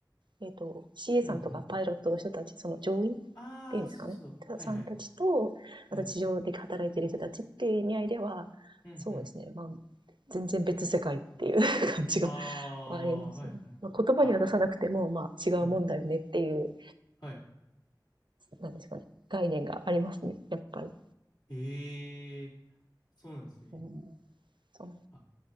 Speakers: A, on the right (about 85°); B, on the left (about 60°).
A: えっ、と、CA
B: うんうん。
A: さんとかパイロットの人たち、その乗員っ
B: ああ、
A: ていうんですかね、
B: そうそうそう。はいはい。
A: さんたちと、
B: はい。
A: あと地上で働いてる人たちっていう意味合いでは、
B: うんうん。
A: そうですね、まあ、全然別世界っていう <laughs> 感じが
B: ああ、
A: ありますね。
B: はいはい。
A: まあ、言葉には出さなくても、
B: あ、
A: まあ、違うもんだよねっていう、
B: うん。はい。
A: なんですかね、概念がありますね、やっぱり。
B: へえ、そうなんですね。
A: うん、そ
B: あ、